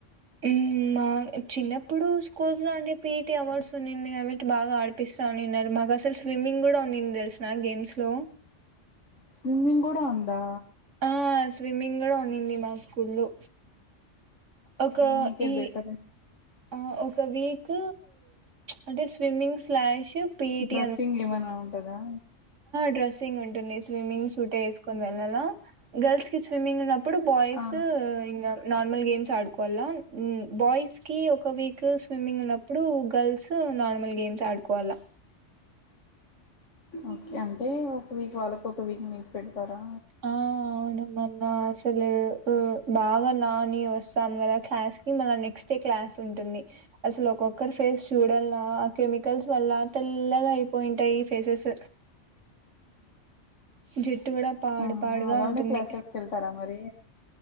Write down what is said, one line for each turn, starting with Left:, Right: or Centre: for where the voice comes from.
Right: ఉ మా చిన్నప్పుడు స్కూల్స్ లో అండి పిఈటి అవార్డ్స్ ఉన్నింది కాబట్టి బాగా ఆడిపిస్తా అనిన్నారు మాకు అసలు స్విమ్మింగ్ కూడా ఉన్నింది తెలుసా గేమ్స్ లో
Left: స్విమ్మింగ్ కూడా ఉందా
Right: ఆ స్విమ్మింగ్ కూడా ఉన్నింది మా స్కూల్లో ఒక
Left: మీకే
Right: ఈ
Left: బెటర్
Right: ఆ ఓ ఒక వీక్ అంటే స్విమ్మింగ్ స్లాష్ పిఈటి
Left: డ్రెస్సింగ్ ఏమైనా ఉంటదా
Right: డ్రస్సింగ్ ఉంటుంది స్విమ్మింగ్ సూటే వేసుకొని వెళ్ళాల గర్ల్స్ కి స్విమ్మింగ్ ఉన్న ఇప్పుడు బాయ్స్
Left: ఆ
Right: ఇంగా నార్మల్ గేమ్స్ ఆడుకోవాల బాయ్స్ కి ఒక ఒక వీక్ స్విమ్మింగ్ ఉన్నప్పుడు గర్ల్స్ నార్మల్ గేమ్స్ ఆడుకోవల్లా
Left: ఓ అంటే ఒక వీక్ వాళ్ళకు ఒక వీక్ మీకు పెడతారా
Right: ఆ అవును మళ్ళా అసలు ఉ బాగా నాని వస్తాం కదా క్లాస్ కి మళ్ళ నెక్స్ క్లాస్ ఉంటుంది అసలు ఒక్కొక్కరు ఫేస్ చూడల్లా ఆ కెమికల్స్ వల్ల తెల్లగా అయిపోయింటాయి ఫేసెస్ జుట్టు కూడా పాడు
Left: ఆ
Right: పాడుగా
Left: అలానే
Right: ఉంటుంది
Left: క్లాసెస్ కి వెళ్తారా మరి